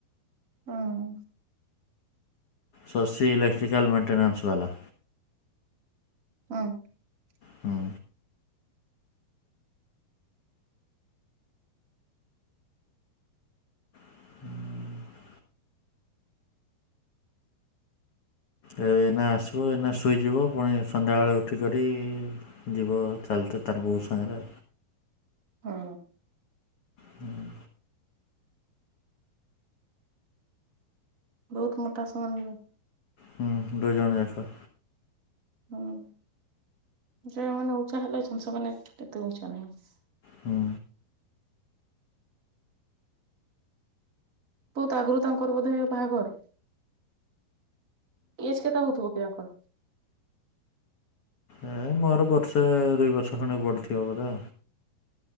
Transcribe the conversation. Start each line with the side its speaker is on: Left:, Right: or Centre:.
Right: ହଁ
Left: ସଶୀ ଇଲେକ୍ଟ୍ରିକାଲ ମେଣ୍ଟେନାନ୍ସ ବାଲା
Right: ଅଠ <unintelligible>
Left: ହୁଁ ହୁଁ ଏ ଏଇନା ଆସିବ, ଏଇନା ଶୋଇଯିବ, ପୁଣି ସନ୍ଧ୍ୟାବେଳେ ଉଠିକରି ଯିବ ଚାଲି ତ ତାର ବଉ ସାଙ୍ଗରେ
Right: ହଁ
Left: ହୁଁ
Right: ବହୁତ ମୋଟା ସମାନ ହେଇଗଲା।
Left: ହୁଁ ଦୁ ଜଣ ଆସ।
Right: ହୁଁ ଯେଉଁମାନେ ଉଁଚା ହେଲେ ଅଛନ୍ତି ସେମାନେ କେତେ ଉଁଚା ନାହିଁ
Left: ହୁଁ
Right: ବହୁତ ଆଗରୁ ତାଙ୍କର ବୋଧେ ବାହାଘର ଏଜ୍ କେତେ ହଉଥବ କଣ?
Left: ଏ ମୋର ବର୍ଷ ଦୁଇ ବର୍ଷ ଖଣ୍ଡେ ବଢି ଥିବ ବୋଧେ